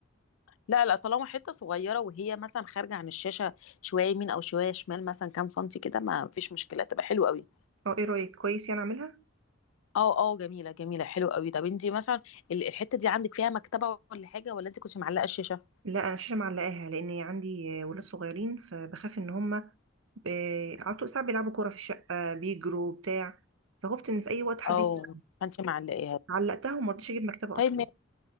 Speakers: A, on the left; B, on the right.
A: لا لا طالما حته صغيره وهي مثلا خارجه عن الشاشه شويه يمين او شويه شمال مثلا كام سنتي كده ما فيش مشكله تبقى حلوه قوي
B: اه ايه رايك كويس يعني اعملها
A: اه اه جميله جميله حلوه قوي طب انت مثلا ال- الحته دي عندك فيها مكتبه ولا حاجه ولا انت كنت معلقه الشاشه
B: لا انا الشاشه معلقاها لان عندي ولاد صغيرين فبخاف ان هم ب... على طول ساعات بيلعبوا كوره في الشقه بيجروا بتاع فخفت ان في اي وقت حد
A: او
B: يبقى
A: ما كنتش معلقاها
B: علقتها وما رضيتش اجيب مكتبه
A: طيب
B: اصلا